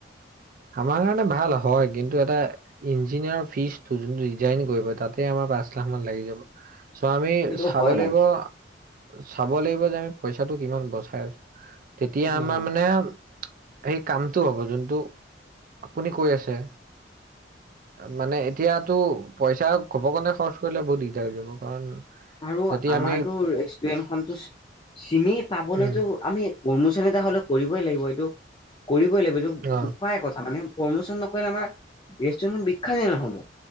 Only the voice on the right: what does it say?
আমাৰ কাৰণে ভাল হয়, কিন্তু এটা ইঞ্জিনিয়াৰৰ ফিজটো যোনটো দিজাইন কৰিব, তাতে আমাৰ পাঁচ লাখ মান লাগি যাব। চ' আমি
চাব
লাগিব-
চাব লাগিব যে আমি পইচাটো কিমান বচাই আছো। তেতিয়া
আমাৰ
মানে সেই কামটো হ'ব যোনটো, আপুনি কৈ আছে মানে এতিয়াতো পইচা ঘপকনে কাৰণে খৰচ কৰিলে বহুত দিগদাৰ হৈ যাব কাৰণ
যদি
আমি
উম
অ